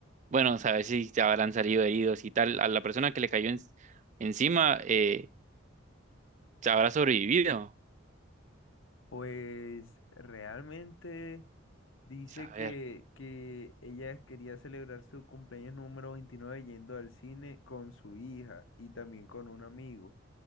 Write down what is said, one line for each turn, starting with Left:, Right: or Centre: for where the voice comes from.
Right: Bueno, sabes si te habrán salido heridos y tal. A la persona que le cayó en- encima, eh, habrá sobrevivido.
Left: Pues realmente dice
Right: Saber,
Left: que, que ella quería celebrar su cumpleaños número 29 yendo al cine con su hija y también con un amigo,